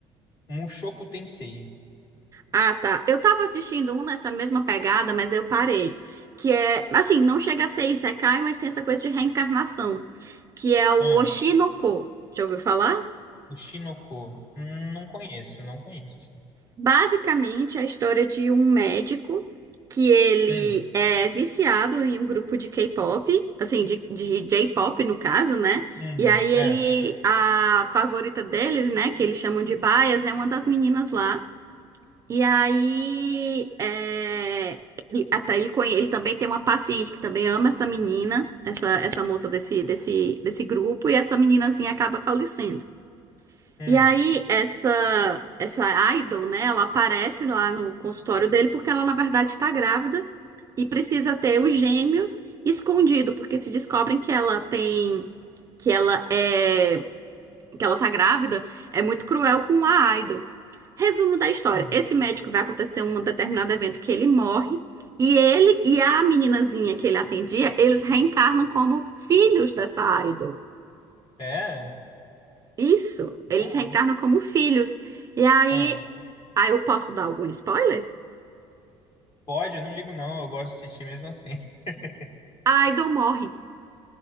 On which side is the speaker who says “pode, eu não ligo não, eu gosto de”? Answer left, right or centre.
Left